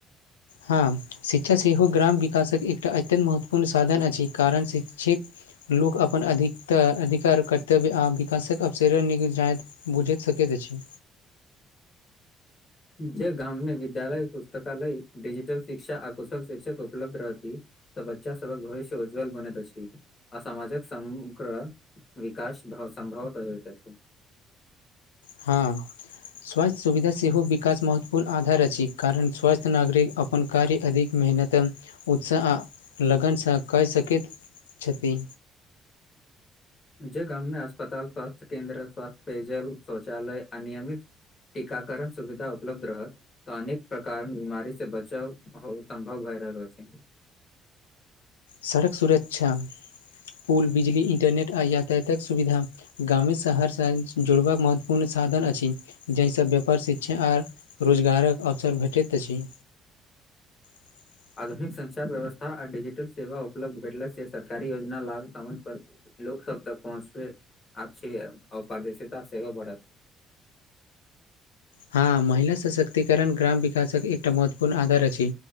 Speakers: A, on the left (about 80°); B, on the left (about 40°).
A: हँ शिक्षा सेहो ग्राम विकासके एकटा अत्यन्त महत्वपूर्ण साधन अछि कारण जेशिक्षित। लोक अपन अधिकतर अरधिकार कर्तव्य आओर विकासक अवसर नहि जायत बुईझ सकैत अछि।
B: जे गाममे विद्यालय पुस्तकालयडिजिटलशिक्षा आ कुशल शिक्षक उपलब्धरहति तऽ बच्चा सभहकभविष्य उज्ज्ल बनैत अछि असामाजक समग्र विकास भ संभवतलगैत अछि
A: हँ स्वास्थ्य सुविधा सेहो विकास महत्वपूर्ण आधार अछि कारण स्वास्थ्य नागरिक अपन कार्य अधिक मेहनत उत्साह आ लगनसँ कऽ सकैत अछि छति
B: जे गाममे अस्पताल स्वास्थ्य केन्द्र स्वथ्य पेजल शौचालय अनियमित टीकाकण सुविधा उपलब्ध रहत तऽ अनेक प्रकार बीमारी से बचाव आसम्भव भए रहल अछि
A: सड़क सुरक्षा पुल बिजली इन्टरनेट आ यातायातात सुविधा शहरसँ जुड़बाक महत्वपूर्ण साधन अछि जाहिसँ व्यापार शिक्षााआ रोजगारक अवसर भेटैतऽ अछि <inaudible> <inaudible>
B: आधुनिक संचार व्यवस्था आ डजिटल सेवा उपलब्ध भेटल से सरकारी योजना लाभ समय पर लोक सब तक पहुँचले अच्छी अपारदर्शिता सेहो बढ़त
A: हँ महिला सशक्तिकरण ग्राम विकासक एकटा महत्वपूर्ण आधार अछि